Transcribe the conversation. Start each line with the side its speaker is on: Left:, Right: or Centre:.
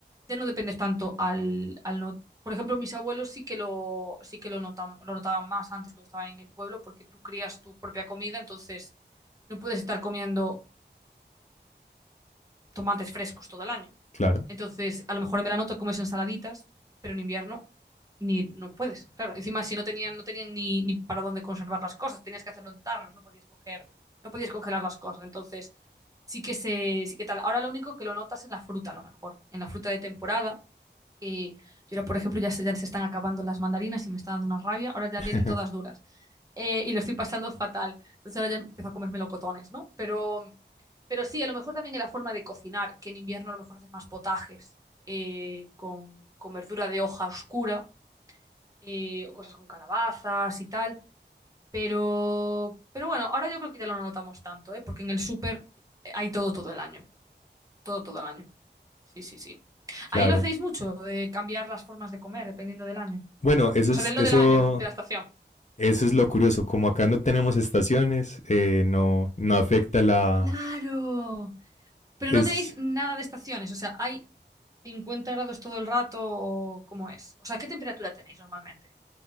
Right: ya no dependes tanto al, al no. Por ejemplo, mis abuelos sí que lo, sí que lo notan, lo notaban más antes cuando estaban en el pueblo porque tú crías tu propia comida, entonces no puedes estar comiendo tomates frescos todo el año.
Left: Claro,
Right: Entonces, a lo mejor en verano te comes ensaladitas, pero en invierno ni no puedes. Claro, encima si no tenían, no tenían ni, ni para dónde conservar las cosas, tenías que hacerlo en tarros, no podías coger, no podías congelar las cosas. Entonces, sí que se, sí que tal. Ahora lo único que lo notas en la fruta, a lo mejor, en la fruta de temporada. Que yo ahora, por ejemplo, ya se, ya se están acabando las mandarinas y me está dando una rabia. Ahora ya
Left: <laughs>
Right: vienen todas duras eh, y lo estoy pasando fatal. Entonces ahora ya empiezo a comer melocotones, ¿no? Pero, pero sí, a lo mejor también en la forma de cocinar, que en invierno a lo mejor haces más potajes eh, con, con verdura de hoja oscura eh, o cosas con calabazas y tal. Pero, pero bueno, ahora yo creo que ya lo no notamos tanto, ¿eh? Porque en el súper hay todo todo el año. Todo todo el año. Sí, sí, sí.
Left: claro.
Right: Ahí lo hacéis mucho, de cambiar las formas de comer dependiendo del año.
Left: Bueno, eso
Right: O
Left: es,
Right: sea, del no
Left: eso,
Right: del año, de la estación.
Left: eso es lo curioso. Como acá no tenemos estaciones, eh, no, no afecta la...
Right: Claro. Pero
Left: Es,
Right: no tenéis nada de estaciones, o sea, hay 50 grados todo el rato o cómo es. O sea, ¿qué temperatura tenéis normalmente?